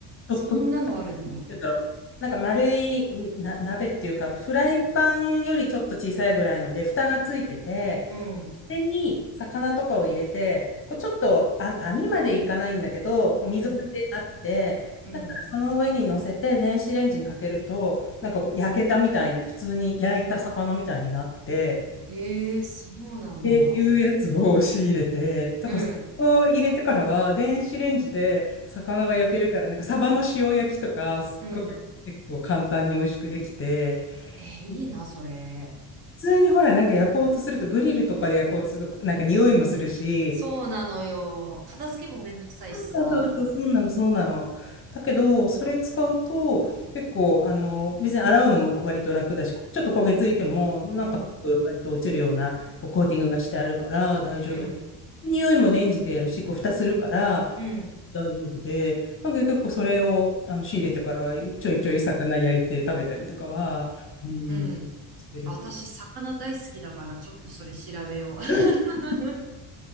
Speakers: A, on the right; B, on the left.
A: そんなのあるんだ。
B: ちょっと、なんて言うんだろう、なんか丸いんな、鍋っていうか、フライパンよりちょっと小さいぐらいので、蓋がついてて、
A: うん。
B: れに魚とかを入れて、こうちょっとあ網までいかないんだけど、こう溝がであって、
A: うん。うん。
B: だからその上に乗せて電子レンジにかけると、なんかこう焼けたみたいに、普通に焼いた魚みたいになって、
A: へえ、そうなんだ。
B: っていうやつを仕入れて、だからそれを入れてからは電子レンジで魚が焼けるから、
A: うん。
B: なんかサバの塩焼きとか、すっごい結構簡単に美味しくできて、
A: うん。えー、いいな、
B: 普
A: それ。
B: 通にほら、なんか焼こうとすると、グリルとかで焼こうとすると、なんか匂いもするし、
A: そうなのよ。片付けもめんどくさいしさ。
B: そうそうそう、そうなの、そうなの。だけど、それ使うと、結構、あの、別に洗うのも割と楽だし、ちょっと焦げついても、なんか、
A: うん。
B: 割と落ちるような、こう、コーティングがしてあるから大丈夫。
A: うん。
B: 匂いもレンジでやるし、こう、蓋するから、
A: うん。
B: 大丈夫で、なんか結構それを、あの、仕入れてからは、ちょいちょい魚焼いて食べたりとかは、うん、
A: うん。
B: してる
A: 私、魚大好きだから、ちょっとそれ調べよう。<laughs>
B: <laughs>